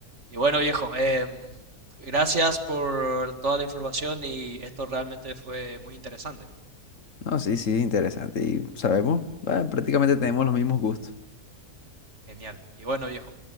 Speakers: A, on the right (about 45°); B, on the left (about 55°).
A: Y bueno, viejo, em, gracias por toda la información y esto realmente fue muy interesante.
B: No, sí, sí, interesante. Y sabemos, ah, prácticamente tenemos los mismos gustos.
A: Genial. Y bueno, viejo.